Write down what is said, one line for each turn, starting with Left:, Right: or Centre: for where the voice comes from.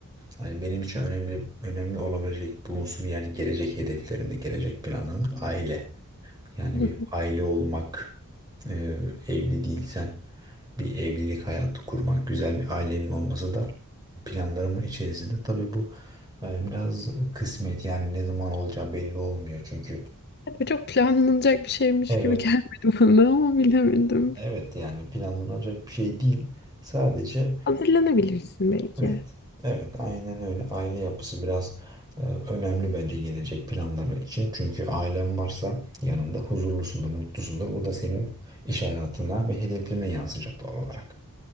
Right: hani benim için önemli önemli olabilecek bir unsur yani gelecek hedeflerimde, gelecek planlarım aile. Yani
Left: <laughs>
Right: bir aile olmak, e, evli değilsen bir evlilik hayatı kurmak, güzel bir ailenin olması da planlarımın içerisinde. Tabii bu e, biraz kısmet yani ne zaman olacağı belli olmuyor. Çünkü
Left: Bu çok planlanacak bir şeymiş
Right: Evet.
Left: gibi gelmedi bana ama bilemedim.
Right: evet yani planlanacak bir şey değil. Sadece
Left: Hazırlanabilirsin belki.
Right: Evet, evet aynen öyle. Aile yapısı biraz e, önemli bence gelecek planları için. Çünkü ailen varsa yanında huzurlusundur, mutlusundur. Bu da senin iş hayatına ve hedeflerine yansıyacak doğal olarak.